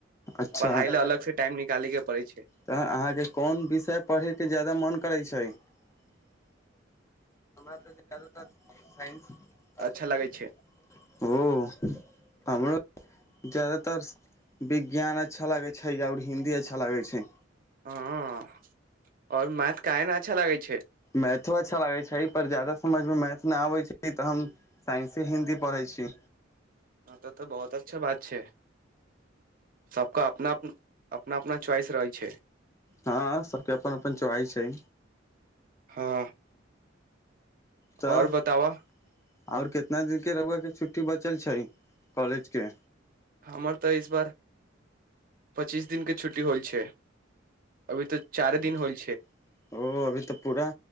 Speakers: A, on the left; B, on the right.
A: अच्छा
B: पढ़ाइ लए अलगसँ टाइम निकालैके पड़ै छै
A: तऽ अहाँके कोन विषय पढ़ैके जादा मन करै छै हमरा तऽ जादातर साइंस अच्छाै
B: अच्छा लगै
A: छै ओ हमरो जादातर विज्ञान अच्छा लागै छै आओर हिन्दी अच्छा लागै छै
B: हँ आओर मैथ काहे ने अच्छा लगै छै
A: मैथो अच्छा लागै छै पर जााद समझमे मैथ नहि आबै छै तऽ हम साइंसे हिन्दी पढ़ै छी
B: हँ तऽ तऽ बहुत अच्छा बात छै सबका अपना अपना अपना च्वाइस रहै छै
A: हँ सबके अपना अपना च्वाइस रहे छै अपन अपन च्वाइस छै
B: हँ
A: तऽ
B: आओर
A: बता
B: बताबह
A: आओर कितना दिन के रुआ छुट्टी बच चल छै कॉलेज के
B: हमर तऽ इस बार पच्चीस दिनके छुट्टी होइ छै अभी तऽ चारे
A: चारि दिन हौल
B: होल
A: छै ओ अभी तऽ पूरा